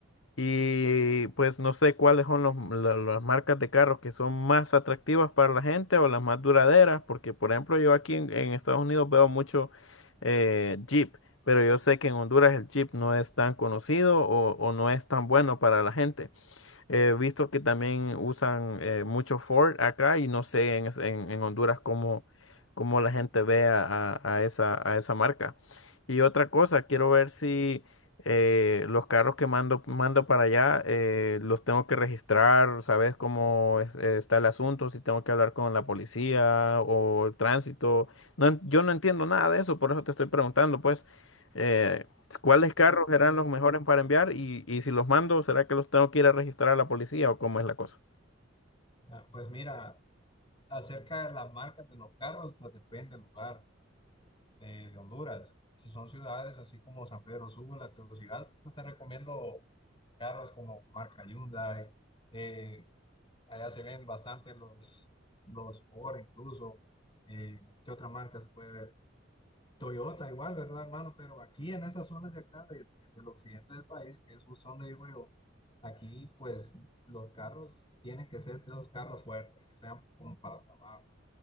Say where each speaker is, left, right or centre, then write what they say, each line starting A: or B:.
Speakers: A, on the left; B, on the left.
A: Y pues no sé cuáles son los- la- las marcas de carros que son más atractivas para la gente o las más duraderas, porque por ejemplo yo aquí en, en Estados Unidos veo mucho eh, Jeep, pero yo sé que en Honduras el Jeep no es tan conocido o, o no es tan bueno para la gente. He visto que también usan eh, mucho Ford acá y no sé en, es- en- en Honduras cómo, cómo la gente ve a, a- a esa, a esa marca. Y otra cosa, quiero ver si eh, los carros que mando, mando para allá eh, los tengo que registrar, ¿sabes cómo es- eh, está el asunto? Si tengo que hablar con la policía o el tránsito. No en- yo no entiendo nada de eso, por eso te estoy preguntando, pues. eh, ¿Cuáles carros serán los mejores para enviar? Y, y si los mando, ¿será que los tengo que ir a registrar a la policía o cómo es la cosa?
B: Ah, Pues mira, acerca de las marcas de los carros, pues depende del lugar eh, de Honduras. Si son ciudades así como San Pedro Sula, Tegucigalpa, pues te recomiendo carros como marca Hyundai. eh, allá se ven bastante los, los Ford incluso. Eh, ¿qué otra marca se puede ver? Toyota igual, ¿verdad, hermano? Pero aquí en esas zonas de acá, de- de- del occidente del país, que es justo donde vivo yo, aquí pues los carros tienen que ser de los carros fuertes, que sean como para trabajo.